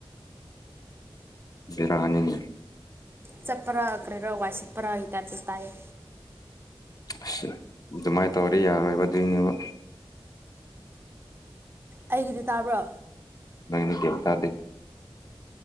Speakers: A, on the left (about 40°); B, on the right (about 25°).
A: ꯔꯅꯤꯅꯦ
B: ꯆꯠꯄꯔ ꯑꯀꯔꯦ ꯔꯧ ꯋꯥ ꯁꯤꯠꯄ꯭ꯔ ꯏ ꯇꯔ ꯆꯁ ꯇꯥꯏꯌꯦ
A: ꯑꯁ ꯑꯗꯨꯃꯥꯏꯅ ꯇꯧꯗꯤ ꯌꯥꯔꯣꯏꯕ ꯑꯗꯨꯏꯅꯦꯕ
B: ꯑꯩꯒꯤꯗꯤ ꯇꯥꯕ꯭ꯔꯣ
A: ꯅꯪꯅꯦ ꯀꯦꯇꯗꯦ